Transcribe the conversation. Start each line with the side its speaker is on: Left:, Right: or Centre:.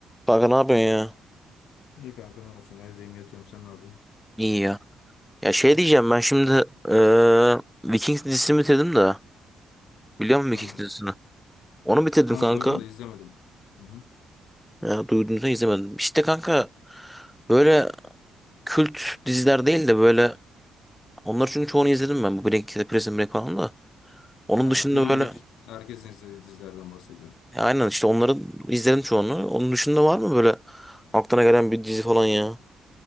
Centre: Kanka ne yapıyorsun ya?
Left: İyi kanka ne olsun evdeyim yatıyorum sen ne yapıyorsun?
Centre: İyi ya. Ya şey diyeceğim ben şimdi eee Vikings dizisini bitirdim de. Biliyor musun
Left: Tamam.
Centre: Vikings dizisini? Onu bitirdim
Left: Kanka
Centre: kanka.
Left: doydum da izlemedim. Hı hı.
Centre: Ya, duyduğunuzda izlemedim. İşte kanka böyle kült diziler değil de böyle onlar çünkü çoğunu izledim ben. Bu Breaking Prison Break falan da. Onun
Left: Ha,
Centre: dışında
Left: bilindik
Centre: böyle
Left: herkesin izlediği dizilerden bahsediyorum.
Centre: ya aynen işte onları izledim çoğunu. Onun dışında var mı böyle aklına gelen bir dizi falan ya?